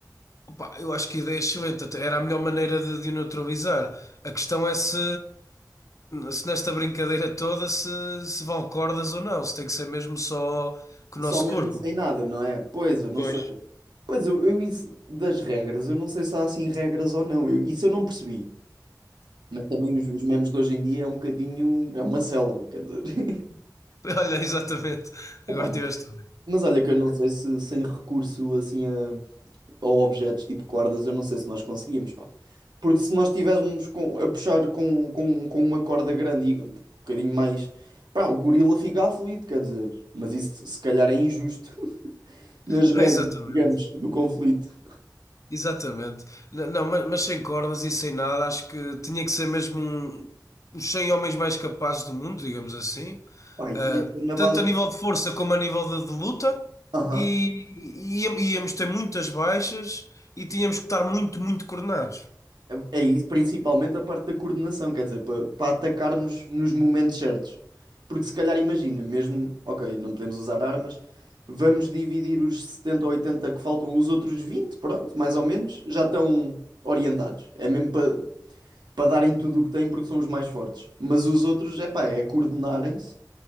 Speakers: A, on the left; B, on the right.
A: Pá, eu acho que a ideia é excelente, até era a melhor maneira de, de o neutralizar. A questão é se, se nesta brincadeira toda se, se vale cordas ou não, se tem que ser mesmo só com o
B: Só
A: nosso
B: mesmo
A: corpo.
B: sem nada,
A: <laughs>
B: não é? Pois, eu não
A: Pois.
B: sei. Pois, eu, eu isso das regras, eu não sei se há assim regras ou não. Eu- isso eu não percebi. Mas também os, os memes de hoje em dia é um bocadinho. É uma selva, quer dizer. <laughs>
A: Olha, exatamente.
B: Opa,
A: Agora tiveste. bem.
B: mas olha que eu não sei se sem recurso assim a, ou objetos tipo cordas, eu não sei se nós conseguíamos, pá. Porque se nós estivéssemos com- a puxar com, com, com uma corda grande e um bocadinho mais, pá, o gorila fica aflito, quer dizer. Mas isso se calhar é injusto <laughs> nas
A: <laughs>
B: regras,
A: Exatamente.
B: digamos, do conflito.
A: Exatamente. N- Não, mas, mas sem cordas e sem nada, acho que tinha que ser mesmo um, os 100 homens mais capazes do mundo, digamos assim,
B: Pá, e
A: Ah,
B: tinha que ser na base.
A: tanto a nível de força como a nível de, de luta,
B: Aham.
A: e, e íamos ter muitas baixas e tínhamos que estar muito, muito coordenados.
B: É é isso, principalmente a parte da coordenação, quer dizer, para atacarmos nos momentos certos. Porque se calhar imagina, mesmo, ok, não podemos usar armas, vamos dividir os 70 ou 80 que faltam, os outros 20, pronto, mais ou menos, já estão orientados. É mesmo para para darem tudo o que têm porque são os mais fortes. Mas os outros, é pá, é coordenarem-se